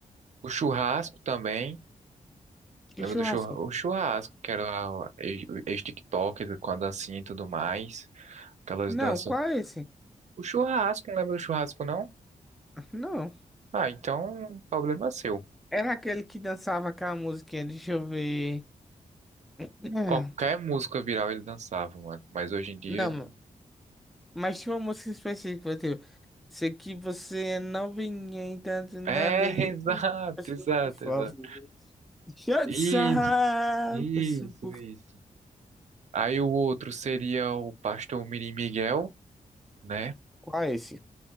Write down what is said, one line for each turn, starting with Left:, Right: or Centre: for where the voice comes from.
Right: O Churrasco também.
Centre: Que
Right: Lembra
Centre: churrasco.
Right: do churra... o Churrasco, que era o ex- o com a dancinha e tudo mais. Aquelas
Centre: Não,
Right: danças.
Centre: qual é esse?
Right: O Churrasco, não lembra do Churrasco, não?
Centre: Não.
Right: Ah, então, problema é seu.
Centre: Era aquele que dançava aquela musiquinha, deixa eu ver. É,
Right: Qualquer música viral ele dançava, mano. Mas hoje em dia
Centre: Não,
Right: ele...
Centre: mas tinha uma música específica, tipo, se que você não vinha então na
Right: É,
Centre: delícia,
Right: <laughs> exato,
Centre: peço
Right: exato,
Centre: por favor.
Right: exato.
Centre: Deixa
Right: Ih,
Centre: de sarrar,
Right: isso,
Centre: peço por...
Right: isso. Aí o outro seria o pastor Mirim Miguel, né?
Centre: Qual é esse?